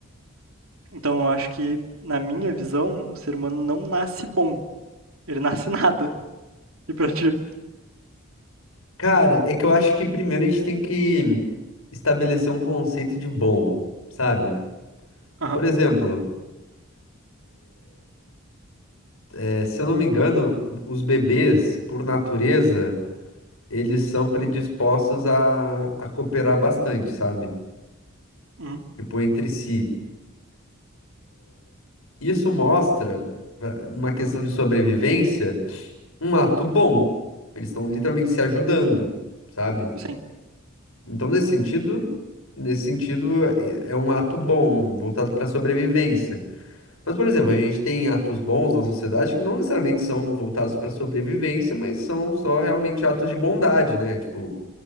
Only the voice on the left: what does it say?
Cara, é que eu acho que primeiro a gente tem que estabelecer um conceito de bom, sabe?
Por exemplo, é, se eu não me engano, os bebês, por natureza, eles são predispostos a, a cooperar bastante, sabe?
Tipo, entre si. Isso mostra, pra- numa questão de sobrevivência, um ato bom. Eles estão literalmente se ajudando, sabe?
Então, nesse sentido, nesse sentido, é é um ato bom, voltado para sobrevivência. Mas, por exemplo, a gente tem atos bons na sociedade que não necessariamente são voltados para sobrevivência, mas são só realmente atos de bondade, né? Tipo,